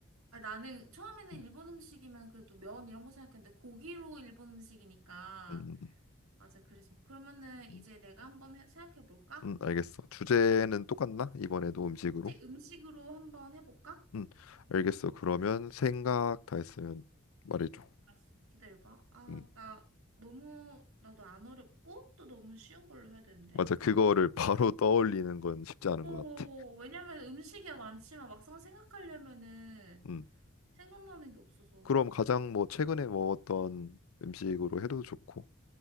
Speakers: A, on the right; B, on the left.
A: 아, 나는 처음에는
B: 음,
A: 일본 음식이면 그래도 면 이런 거 생각했는데 고기로 일본 음식이니까.
B: 음, 음, 음,
A: 맞아, 그래서. 그러면은 이제
B: 음,
A: 내가 한번 생각해 볼까?
B: 음, 알겠어 주제는 똑같나 이번에도 음식으로
A: 혹시 음식으로 한번 해볼까?
B: 음 알겠어 그러면 생각 다 했으면 말해줘
A: 알았어. 기다려봐. 아,
B: 음.
A: 나 너무, 나도 안 어렵고, 또 너무 쉬운 걸로 해야 되는데.
B: 맞아. 그거를 <laughs> 바로 떠올리는 건 쉽지 않은
A: 어,
B: 것 같아.
A: 왜냐면 음식이 많지만 막상 생각하려면은
B: 음.
A: 생각나는 게 없어서.
B: 그럼 가장 뭐 최근에 먹었던 음식으로 해도 좋고,